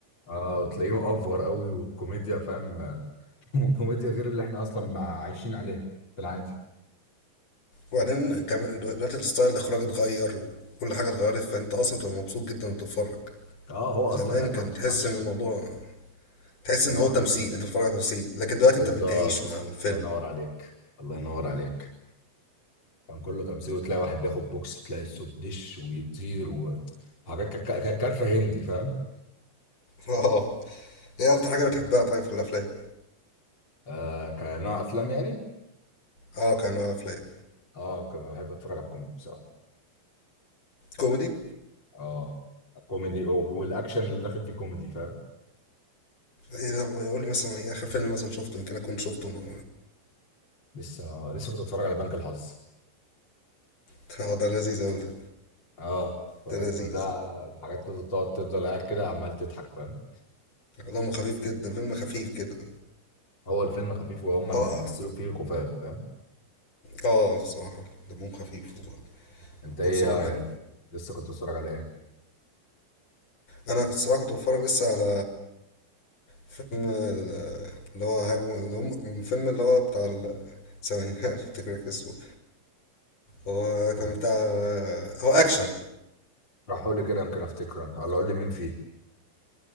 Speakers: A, on the left; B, on the left.
A: اه وتلاقيه مأفور قوي والكوميديا فاهم <laughs> كوميديا غير اللي احنا اصلا عايشين عليه في العادي
B: وبعدين كمان دلوقتي الستايل الاخراج اتغير وكل حاجه اتغيرت فانت اصلا بتبقى مبسوط جدا وانت بتتفرج
A: اه هو
B: زمان
A: اصلا ساعتها
B: كان
A: ما تفهمش
B: تحس ان الموضوع تحس
A: الموضوع
B: ان هو تمثيل
A: غريب
B: انت بتتفرج على تمثيل لكن دلوقتي
A: بالظبط
B: انت بتعيش مع الفيلم
A: الله ينور عليك الله ينور عليك كان كله تمثيل وتلاقي واحد بياخد بوكس تلاقي الصوت دش ويطير و- وحاجات كانت كا- كانت كارفه هندي فاهم
B: اه ايه اكتر حاجه بتحبها طيب في الافلام
A: آه كنوع افلام يعني
B: اه كانوا افلام
A: اه كنت بحب اتفرج على الكوميدي بصراحه
B: كوميدي
A: اه الكوميدي و- والاكشن اللي داخل فيه كوميدي فاهم
B: اذا بيقول لي مثلا ايه اخر فيلم مثلا شفته يمكن اكون شفته ما-
A: لسه لسه كنت بتفرج على بنك الحظ
B: <laughs> اه ده لذيذ اوي ده
A: اه فاهم
B: ده لذيذ
A: ده حاجات تفضل تقعد تفضل قاعد كده عمال تضحك فاهم
B: دمه خفيف جدا فيلم خفيف كده
A: هو الفيلم خفيف وهم اللي
B: اه اه
A: بيمثلوا فيه الخفاف فاهم
B: اه، الصراحه دمهم خفيف
A: انت
B: وتمثيلهم
A: ايه آه
B: حلو
A: يعني. لسه كنت بتتفرج على ايه؟
B: انا كنت الصراحه كنت بتفرج لسه على فيلم آه، اللي هو هجم اللي هم- الفيلم اللي هو بتاع ال- ثواني <laughs> افتكر لك اسمه هو
A: انت
B: كان بتاع آه، هو اكشن
A: راح اقول لي كده يمكن افتكر انا ولا اقول لي مين فيه